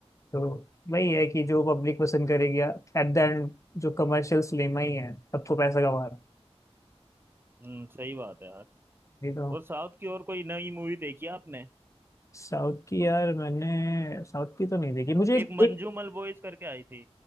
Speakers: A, on the left (about 30°); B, on the right (about 20°).
A: तो वही है कि जो पब्लिक पसंद करेगी एट द एंड जो कमर्शियल सिनेमा ही है सबको पैसा कमा रहा है
B: हम्म सही बात है यार
A: ये तो
B: और साउथ की और कोई नई मूवी देखी है आपने
A: साउथ की यार मैंने साउथ की तो नहीं देखी मुझे
B: एक मंजूमल
A: एक
B: बॉयज करके आई थी